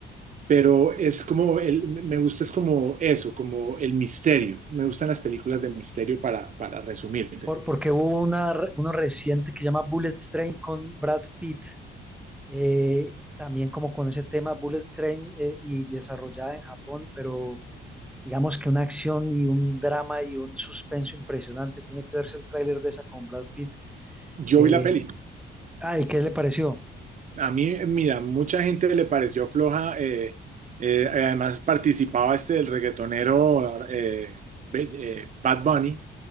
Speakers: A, on the right (about 40°); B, in the centre.
A: pero es como, el, me gusta es como eso, como el misterio. Me gustan las películas de misterio para, para resumírtelo.
B: Por, porque hubo una, re- uno reciente que se llama Bullet Train con Brad Pitt, eh, también como con ese tema Bullet Train eh, y desarrollada en Japón, pero digamos que una acción y un drama y un suspenso impresionante. Tiene que verse el tráiler de esa con Brad Pitt.
A: Yo
B: Eh,
A: vi la peli.
B: ay, ¿qué le pareció?
A: A mí, mira, mucha gente le pareció floja. eh, eh, además participaba este el reggaetonero eh, Be- eh, Bad Bunny,